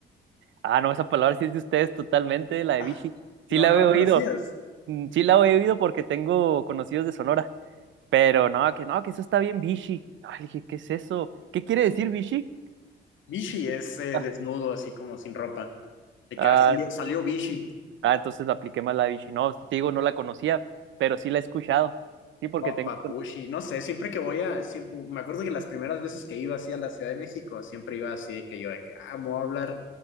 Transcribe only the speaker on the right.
Ah, no, esa palabra sí es de ustedes totalmente, la de
Vichy.
Sí la
he oído.
Mm, Sí la he oído porque tengo conocidos de Sonora. Pero no, que no, que eso está bien Vichy. Ay, dije, ¿qué es eso? ¿Qué quiere decir Vichy?
Ah,
ah,
ah, entonces la apliqué mal la de Vichy. No, te digo, no la conocía, pero sí la he escuchado. Sí, porque
tengo